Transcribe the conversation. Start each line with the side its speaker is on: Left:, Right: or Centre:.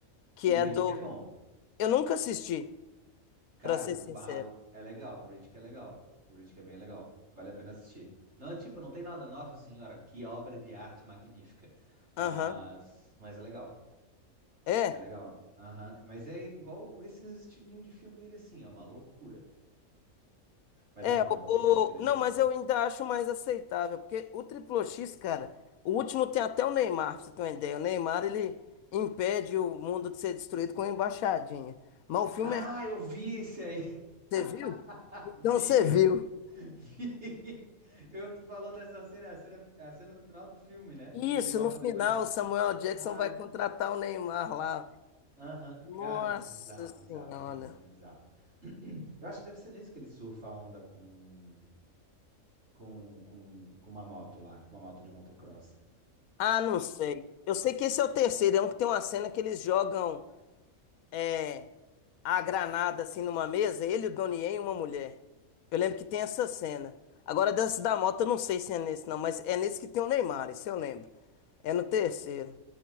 Left: Que
Right: O
Left: é
Right: Reed
Left: do.
Right: que é bom.
Left: Eu nunca assisti,
Right: Cara,
Left: pra ser
Right: o,
Left: sincero.
Right: ah, o- é legal, o Reed que é legal. O Reed que é bem legal. Vale a pena assistir. Não, tipo, não tem nada, nossa senhora, que obra de arte magnífica. Mas,
Left: Aham.
Right: mas é legal.
Left: É.
Right: É legal. Aham. Mas é igual esses estilinhos de filme dele assim, é uma loucura. Mas
Left: É,
Right: é bom, é bom.
Left: o,
Right: O Riddick dele
Left: o- não,
Right: é bom.
Left: mas eu ainda acho mais aceitável, porque o triplo X, cara, o último tem até o Neymar, pra você ter uma ideia. O Neymar, ele impede o mundo de ser destruído com uma embaixadinha. Mas o filme
Right: Ah,
Left: é.
Right: eu vi esse aí.
Left: Você viu?
Right: <laughs>
Left: Então
Right: Vi!
Left: você viu.
Right: Vi! Eu tu falou dessa cena, a cena, a cena no final do filme, né?
Left: Isso,
Right: Do Neymar
Left: no
Right: fazendo
Left: final,
Right: embaixadinha.
Left: o Samuel Jackson
Right: Ah,
Left: vai contratar o Neymar lá.
Right: aham.
Left: Nossa
Right: Cara, bizarro,
Left: Senhora.
Right: bizarro. Não, esse filme é bizarro. <clears throat> Eu acho que deve ser nesse que ele surfa a onda com, com, com, com uma moto lá, com uma moto de motocross.
Left: Ah, não sei. Eu sei que esse é o terceiro, é um que tem uma cena que eles jogam. é, a granada assim numa mesa, ele, o Donnie Yen e uma mulher. Eu lembro que tem essa cena. Agora, dessa da moto, eu não sei se é nesse não, mas é nesse que tem o Neymar, isso eu lembro. É no terceiro.